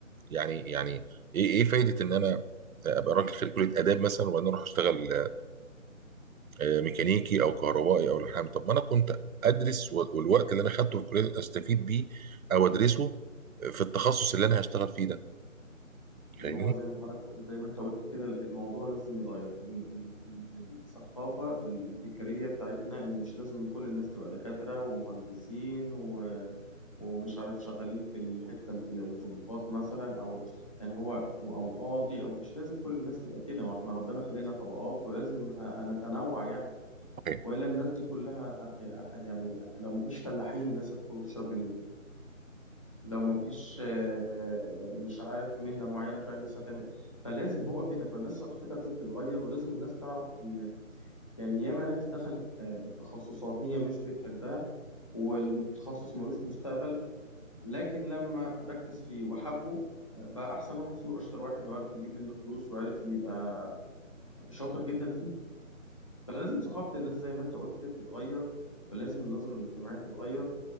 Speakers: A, on the right; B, on the left.
A: يعني يعني ايه ايه فايده ان انا ابقى راجل خريج كليه اداب مثلا وبعدين اروح اشتغل آه، ميكانيكي او كهربائي او لحام طب ما انا كنت ادرس و- والوقت اللي انا خدته في الكليه استفيد بيه او ادرسه في التخصص اللي انا هشتغل فيه ده
B: ما
A: فاهمني؟
B: هو زي ما حضرتك زي ما أنت قلت كده الموضوع لازم يتغير إن إن إن الثقافة الفكرية بتاعتنا إن مش لازم كل الناس تبقى دكاترة ومهندسين و... ومش عارف شغالين في الحتة الفل- وظباط مثلا أو يعني هو أو قاضي أو مش لازم كل الناس تبقى كده ما إحنا ربنا خلقنا طبقات ولازم ه- هنتنوع يعني
A: أوكي.
B: والا الناس دي كلها آه، آه، يعني لو مفيش فلاحين الناس هتاكل وتشرب منين لو مفيش آه، آه، مش عارف مهنه معينه مش عارف الناس هتعمل إيه. فلازم هو كده فالناس ثقافتها لازم تتغير ولازم الناس تعرف ان يعني ياما ناس دخلت آه، تخصصات هي مش بتحبها والتخصص ملوش مستقبل لكن لما ركز فيه وحبه آه، بقى احسن واحد فيه واشطر واحد وعارف يجيب منه فلوس وعارف يبقى شاطر جدا فيه فلازم ثقافه الناس زي ما انت قلت كده تتغير ولازم النظرة للمجتمعية تتغير